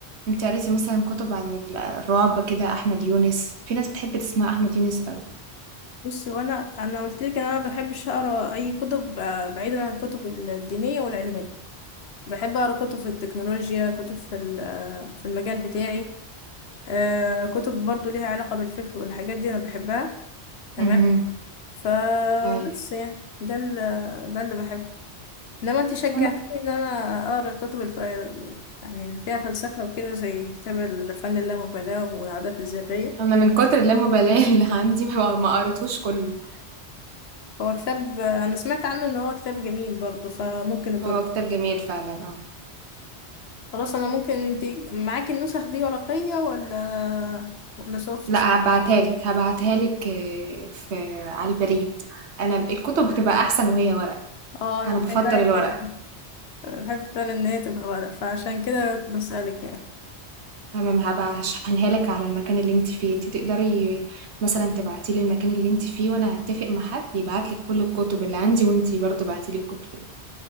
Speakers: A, on the right; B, on the left.
A: انت قريتي مثلا كتب عن ال- الرعب كده احمد يونس في ناس بتحب تسمع احمد يونس قوي
B: بصي وانا انا قلت لك انا ما بحبش اقرا اي كتب آه، بعيدا عن الكتب الدينيه والعلميه بحب اقرا كتب في التكنولوجيا كتب في ال- آه، في المجال بتاعي آه، كتب برضو ليها علاقه بالفقه والحاجات دي انا بحبها تمام
A: امم
B: فبس
A: ايوه
B: يعني ده ال- ده اللي بحبه انما انت شجعتني
A: انا
B: ان انا اقرا الكتب الف... يعني اللي فيها فلسفه وكده زي كتاب الفن اللامبالاه والعادات الذريه
A: أنا من كتر اللامبالاة <laughs> اللي عندي ما ما قريتهوش كله
B: هو كتاب انا سمعت عنه ان هو كتاب جميل برضه فممكن اجرب
A: هو كتاب جميل فعلا اه
B: خلاص انا ممكن انت معاكي النسخ دي ورقيه ولا ولا سوفت
A: لا هبعتها لك هبعتها لك آه، في على البريد انا الكتب بتبقى احسن وهي ورق
B: اه انا
A: انا
B: بحبها
A: بفضل
B: جدا
A: الورق
B: أنا بحب فعلا ان هي تبقى ورق فعشان كده بسألك يعني
A: تمام هبقى هشحنها لك على المكان اللي انت فيه انت تقدري مثلا تبعتي لي المكان اللي انت فيه وانا هتفق مع حد يبعت لك كل الكتب اللي عندي وانت برضه بعتي لي الكتب اللي